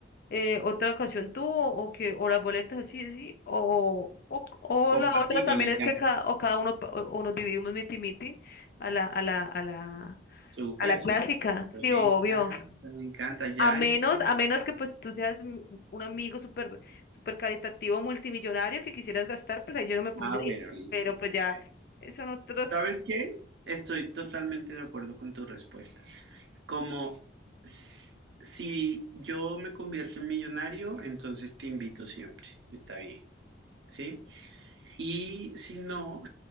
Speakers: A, on the left (about 55°); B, on the right (about 80°).
A: eh, otra ocasión tú, o, o que, o las boletas así, así, o, o, o
B: Compartido
A: la otra también
B: los
A: es
B: gastos.
A: que cada, o cada uno, pa- o, o nos dividimos miti miti a la, a la, a la,
B: Súper,
A: a la clásica,
B: súper.
A: sí,
B: Me
A: obvio.
B: encanta, me encanta. Ya
A: A menos,
B: entiendo.
A: a menos que pues tú seas un un amigo súper súper caritativo multimillonario que quisieras gastar, pues ahí yo no me pondría.
B: Ah, bueno, listo.
A: Pero pues ya
B: Bueno,
A: eh, son otros.
B: ¿Sabes qué? Estoy totalmente de acuerdo con tu respuesta. Como s- si yo me convierto en millonario, entonces te invito siempre. Está bien, ¿sí? Y si no,